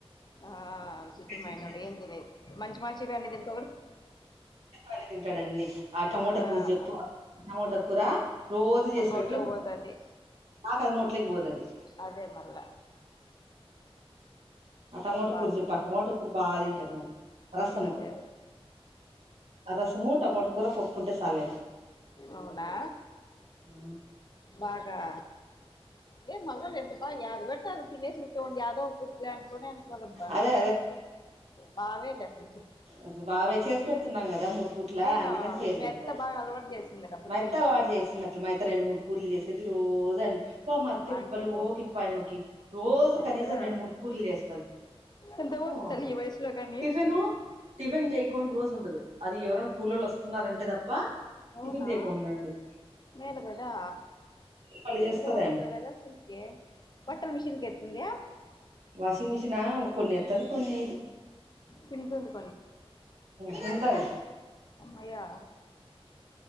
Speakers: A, on the left (about 45°); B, on the right (about 85°).
A: ఆ విచిత్రమైననాడు
B: వంకాయ చట్నీ చేస్తా
A: ఏం తినదు మంచి మాంచి ఇవి అని తినక
B: అనే తింటాడున్ని ఆ టమోటా
A: ఆ
B: కూర చెప్పు ఆ టమోటా కూర రోజు
A: మన్నట్లే
B: చేసి పెట్టు
A: పోదది
B: నాకు అది నోట్లోకి
A: అదే
B: పోతది
A: అదే మల్ల
B: ఆ టమోటా
A: బాగు
B: కూర చెప్పు ఆ టమోటా కూర బాగా తింటాడు మరి రసము
A: అదే
B: ఆ రసము టమోటా కూర పప్పు ఉంటే సాలు
A: అవునా
B: ఆ
A: బగా ఏ మగన్ ఎంతపా యాద వితే అది తినేసకవ యాదో పటుకలేనుకోనే బరబా
B: అదే
A: బావేలట్లి
B: అలు బావే చేసి పెడుతున్నాం కదా మూడు ఫుట్లా
A: నేను
B: అందుకని పేర్లు
A: మీ
B: పెడతాడు
A: అత్త బాగా అలవాటు చేసింది అప్పటికి
B: మెత్త అలవాటు చేస్తుంది అట్లు మ త్త రెండు మూడు కూరలు చేసేది రోజ వా అత్తె
A: ఆకే
B: పల్లి ఓ పికిపాయమ్మకి రోజు కనీసం
A: కదా
B: రెండు మూడు కూరలు చేస్తది
A: ఎంత ఓపిక
B: ఓ
A: తల్లి ఈ వయసులో కానీ
B: టిఫిన్ టిఫిన్ జయికోని రోజు ఉండదు అది ఎవర కూలోలు వస్తున్నారంటే తప్ప
A: అవునా
B: టిఫిన్ చేయకుండా ఉండదు
A: మేలు గదా
B: బలే చేస్తది
A: ఎంత పోసిలో
B: ఆమె
A: కదా అసలుకి బట్టల మిషిన్ కి ఎతుంద
B: వాషింగ్ మిషిన కొన్ని ఎతది కొన్ని
A: పిండుతుంది
B: పిండుతది
A: అమ్మయ్యా